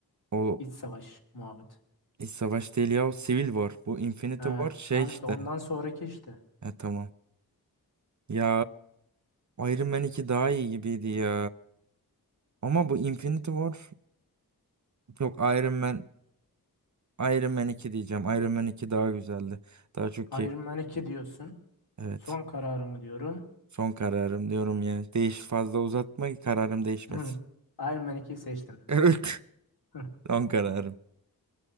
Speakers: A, on the right; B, on the left.
A: O
B: İç savaş muhabbet.
A: hiç savaş değil ya. O Civil War. Bu Infinity
B: Ha,
A: War şey
B: tamam
A: işte.
B: işte ondan sonraki işte.
A: E tamam. Ya Iron Man iki daha iyi gibiydi ya. Ama bu Infinity War Yok Iron Man Iron Man iki diyeceğim. Iron Man iki daha güzeldi. Daha çok keyif.
B: Iron Man 2 diyorsun.
A: Evet.
B: Son kararımı diyorum.
A: Son kararım diyorum ya. Değiş fazla uzatma kararım değişmesin.
B: <laughs> Iron Man 2'yi seçtim.
A: <laughs> Evet.
B: Hı.
A: Son kararım.